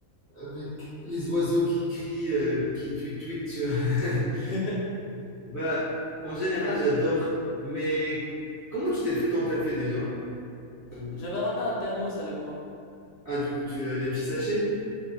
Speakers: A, on the right; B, on the left.
A: avec les oiseaux qui crient, heu, qui tweet tweet tu vois? <laughs>
B: <laughs>
A: Bah, en général j'adore, mais comment tu t'es fait ton café déjà? Ah oui.
B: J'avais ramené un thermos avec moi.
A: Ah du coup tu, heu, les petits sachets?